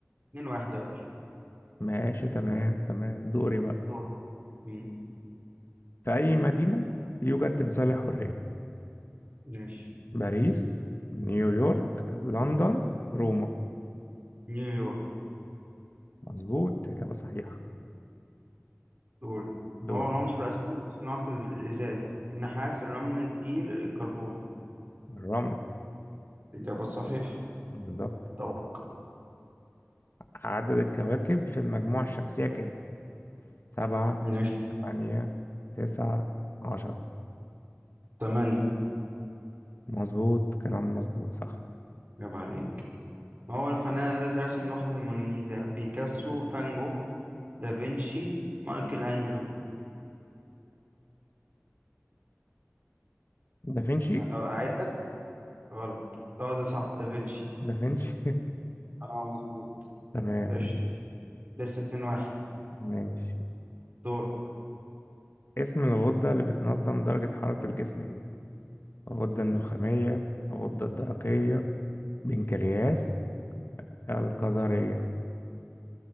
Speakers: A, on the right (about 35°); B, on the left (about 55°).
A: 2 1 يا باشا
B: ماشي تمام تمام دوري بقى
A: دور مم.
B: في أي مدينة يوجد تمثال الحرية
A: ماشي
B: باريس نيويورك لندن روما
A: نيويورك
B: مظبوط إجابة صحيحة
A: دور
B: دور
A: ما هو العنصر الأساسي في صناعة الإزاز النحاس الرمل الجير الكربون
B: الرمل
A: إجابة صحيحة
B: بالظبط
A: دورك
B: عدد الكواكب في المجموعة الشمسية كام؟ سبعة
A: ماشي
B: ثمانية تسعة عشرة
A: تمانية
B: مظبوط كلام مظبوط صح
A: إجابة عليك ما هو الفنان الذي رسم لوحة الموناليزا بيكاسو فان جوخ دافنشي مايكل أنجلو
B: دافنشي
A: أعيد لك. غلط اه ده صح دافنشي
B: دافنشي
A: اه مظبوط
B: <laughs> تمام
A: قشطة لسه اتنين واحد
B: ماشي
A: دور
B: اسم الغدة اللي بتنظم درجة حرارة الجسم ايه الغدة النخامية الغدة الدرقية بنكرياس الكظرية